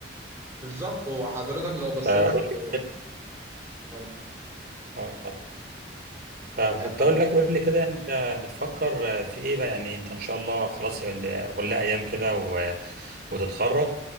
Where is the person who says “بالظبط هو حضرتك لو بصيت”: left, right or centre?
Right